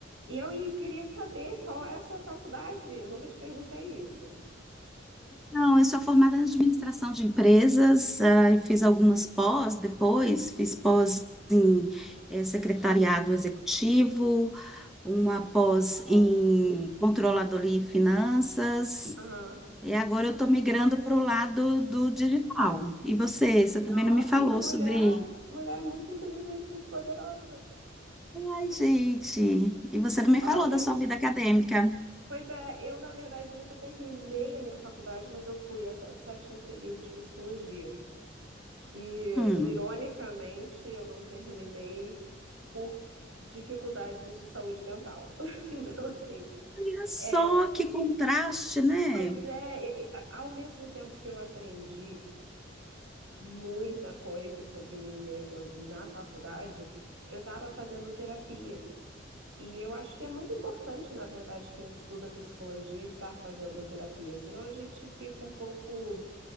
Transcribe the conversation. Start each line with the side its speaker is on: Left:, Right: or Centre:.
Right: E eu e- queria saber qual é a sua faculdade. Eu nunca te perguntei isso.
Centre: Não, eu sou formada em administração de empresas, ah, e fiz algumas pós depois, fiz pós em eh, secretariado executivo, uma pós
Right: Uau!
Centre: em controladoria e finanças,
Right: Aham.
Centre: e agora eu estou migrando para o lado do digital. E você, você
Right: Nossa,
Centre: também não me falou
Right: uma mulher,
Centre: sobre.
Right: mulher muito inteligente, muito poderosa.
Centre: Ai, gente, e você não me
Right: Olha,
Centre: falou da sua vida acadêmica.
Right: pois é, eu na verdade nunca terminei a minha faculdade, mas eu fui até o sétimo período de psicologia. E
Centre: Hum,
Right: ironicamente, eu não terminei por dificuldades de saúde mental. <laughs> Então, assim,
Centre: olha só
Right: é,
Centre: que contraste, né?
Right: pois é, e- e, a- ao mesmo tempo que eu aprendi muita coisa sobre mim mesma na faculdade, eu estava fazendo terapia. E eu acho que é muito importante, na verdade, quem estuda psicologia estar fazendo terapia, senão a gente fica um pouco